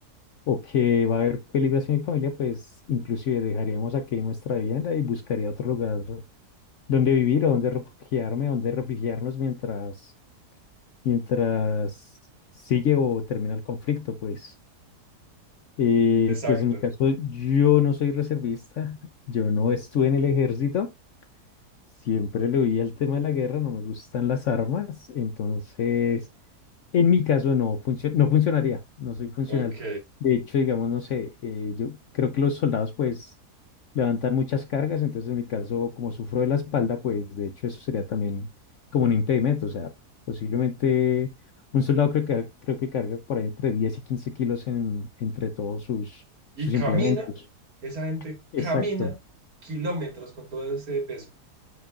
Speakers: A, on the left (about 65°); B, on the right (about 60°).
A: o que va a haber peligros en mi familia, pues inclusive dejaríamos aquí nuestra vivienda y buscaría otro lugar donde vivir o donde refugiarme, donde refugiarnos mientras, mientras sigue o termina el conflicto, pues. Eh,
B: Exacto,
A: pues en mi caso, yo no soy reservista, yo no estuve en el ejército, siempre le oí el tema de la guerra, no me gustan las armas, entonces en mi caso no, funcio- no funcionaría, no soy funcional.
B: ok.
A: De hecho, digamos, no sé, eh, yo creo que los soldados pues levantan muchas cargas, entonces en mi caso, como sufro de la espalda, pues de hecho eso sería también como un impedimento, o sea, posiblemente un soldado creo que, creo que carga por ahí entre 10 y 15 kilos en, entre todos sus,
B: Y
A: sus
B: camina,
A: implementos.
B: esa gente
A: Exacto.
B: camina kilómetros con todo ese peso.